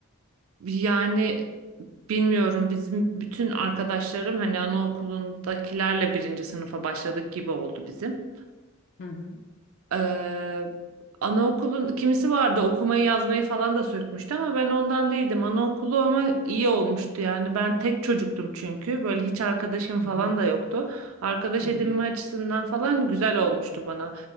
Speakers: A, on the right; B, on the left.
A: Yani bilmiyorum bizim bütün arkadaşlarım hani anaokulundakilerle birinci sınıfa başladık gibi oldu bizim.
B: Hı hı.
A: Ee, anaokulun kimisi vardı okumayı yazmayı falan da sökmüştü ama ben ondan değildim. Anaokulu ama iyi olmuştu yani. Ben tek çocuktum çünkü. Böyle hiç arkadaşım
B: Hı
A: falan
B: hı.
A: da yoktu. Arkadaş
B: Hı.
A: edinme açısından falan güzel olmuştu bana.